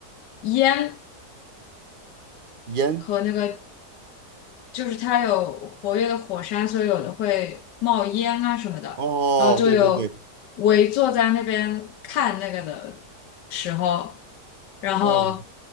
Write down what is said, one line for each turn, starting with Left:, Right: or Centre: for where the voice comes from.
Left: 烟
Right: 烟，
Left: 和那个，就是它有活跃的火山，所以有的会冒烟啊什么的。
Right: 哦，
Left: 然后就有围坐在那边看那个的时候，
Right: 对对对，
Left: 然后，
Right: 哦，